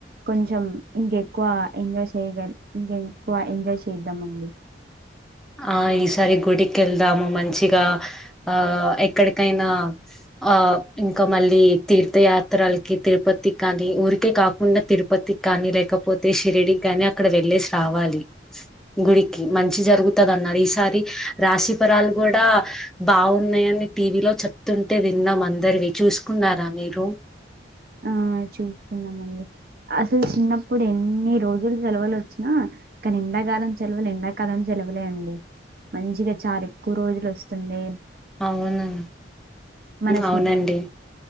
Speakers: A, on the right (about 50°); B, in the centre.
A: కొంచెం ఇంకెక్కువ ఎంజాయ్ చేయగల ఇంక ఎక్కువ ఎంజాయ్ చేద్దాంండి
B: ఆ ఈసారి గుడికి వెళ్దాము మంచిగా ఆ ఎక్కడికైనా ఆ ఇంకా మళ్ళీ తీర్థయాత్రలకి తిరుపతికి కానీ ఊరికే కాకుండా తిరుపతికి కానీ లేకపోతే షిరడికి కాని అక్కడ వెళ్ళేసి రావాలి గుడికి మంచి జరుగు తదన్నారు ఈసారి రాశిఫరాలు కూడా బాగున్నాయని టీవీలో చెప్తుంటే విన్నాం అందరివి చూసుకున్నారా మీరు
A: ఆ చూసుకున్నామండి అసలు చిన్నప్పుడు ఎన్ని రోజులు సెలవులు వచ్చినా కానీ ఎండాకాలం సెలవులు ఎండాకాలం సెలవులే అండి మంచిగా చాలా ఎక్కువ రోజులు వస్తుంది
B: అవును
A: మన స్నే
B: అవునండి